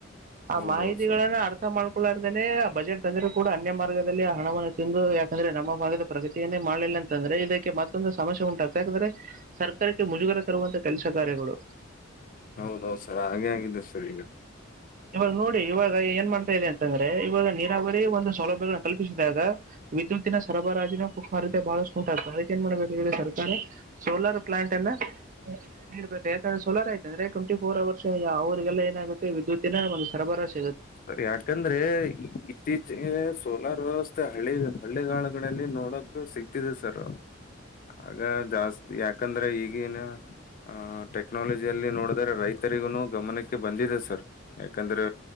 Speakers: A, on the right (about 40°); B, on the left (about 45°).
A: ಆ
B: ಹೌದೌದು
A: ಮಾಹಿತಿಗಳನ್ನ
B: ಸರ್
A: ಅರ್ಥ ಮಾಡ್ ಳ್ಳರ್ದೆನೆ ಬಜೆಟ್ ತಂದ್ರ ಕೂ ಅನ್ಯಮ ದಲ್ಲಿ ಹಣವನ್ನು ತಿಂದು ಯಾಕಂದ್ರೆ ನಮ್ಮ ಭಾಗದ ಪ್ರಗತಿಯನ್ನೇ ಮಾಡ್ಲಿಲ್ಲ ಅಂತಂದ್ರೆ, ಇದಕ್ಕೆ ಮತ್ತೊಂದು ಸಮಸ್ಯೆ ಉಂಟಾಗ್ತದೆ ಯಾಕಂದ್ರೆ ಸರ್ಕಾರಕ್ಕೆ ಮುಜುಗರ ತರುವಂತ ಕೆಲಸ ಕಾರ್ಯಗಳು.
B: ಹೌದೌದು ಸರ್ ಹಾಗೆ ಆಗಿದ್ದೇ ಸರ್ ಈಗ
A: ಇವಾಗ ನೋಡಿ ಇವಾಗ ಏನ್ ಮಾಡ್ತಾ ಇದೆ ಅಂತಂದ್ರೆ ಇವಾಗ ನೀರಾವರಿ ಒಂದು ಸೌಲಭ್ಯಗಳು ಕಲ್ಪಿಸಿದಾಗ ವಿದ್ವತ್ ತ್ತಿನ ಸರಬರಾಜಿನ ಕೊರತೆ ಬಹಳ ಸ್ಟೂಟ್ ಆಗ್ತದೆ ಅದಕ್ಕೆ ಏನ್ ಮಾಡಬೇಕ್ರೆ ಸರ್ಕಾರ ಸೋಲಾರ್ ಪ್ಲಾಂಟ್ ಅನ್ನ ನೀಡಬೇಕು, ಯಾಕಂದ್ರೆ ಸೋಲಾರ್ ಆಯ್ತು ಅಂದ್ರೆ, ಟ್ವೆಂಟಿ ಫೋರ್ ಅವರ್ಸ್ ಅವ್ರರಿಗೆಲ್ಲ ಏನಾಗುತ್ತೆ ವಿದ್ಯುತ್ ಒಂದು ಸರಬರಾಜು
B: ಸರಿ ಯಾಕಂದ್ರೆ ಇತ್ತೀಚೆಗೆ ಸೋಲಾರ್ ವ್ಯವಸ್ಥೆ ಹಳ್ಳಿ ಹಳ್ಳೆಗಾಲಗಳಲ್ಲಿ ನೋಡೋಕ ಸಿಕ್ತಿದೆ ಸರ್. ಆಗ ಜಾಸ್ತಿ ಯಾಕಂದ್ರೆ ಈಗ ಈಗಿನ ಆಹ ಟೆಕ್ನಾಲಜಿಯಲ್ಲಿ ನೋಡಿದ್ರ ರೈತರಿಗು ಗಮನಕ್ಕೆ ಬಂದಿದೆ ಸರ್ ಯಾಕಂದ್ರೆ